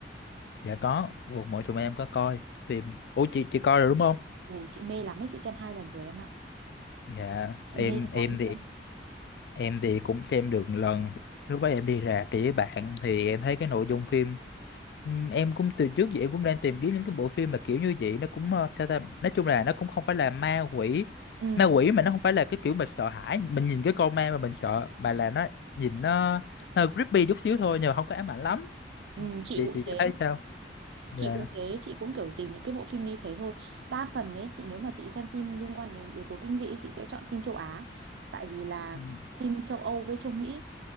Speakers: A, on the left; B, on the right.
A: dạ có một mọi chúng em có coi phim ủa chị chị coi rồi đúng không
B: Ừ, chị mê lắm ấy, chị xem hai lần rồi em ạ.
A: dạ
B: Chị
A: em
B: mê
A: em
B: lắm
A: thì
B: luôn.
A: em thì cũng xem được một lần lúc đó em đi rạp đi với bạn thì em thấy cái nội dung phim Ừm, em cũng từ trước giờ em cũng đang tìm kiếm những cái bộ phim mà kiểu như vậy nó cũng ờ, sao ta nói chung là nó cũng không phải là ma quỷ
B: Ừ.
A: ma quỷ mà nó không phải là cái kiểu mình sợ hãi mình nhìn cái con ma mà mình sợ mà là nó nhìn nó nó hơi creepy chút xíu thôi nhưng mà không có ám ảnh lắm
B: Ừ, chị
A: chị
B: cũng
A: chị
B: thế.
A: thấy sao dạ
B: chị cũng thế chị cũng kiểu tìm những cái bộ phim như thế thôi đa phần ấy chị nếu mà chị xem phim liên quan đến yếu tố kinh dị chị sẽ chọn phim châu Á tại vì là
A: Ừm,
B: phim châu Âu với châu Mỹ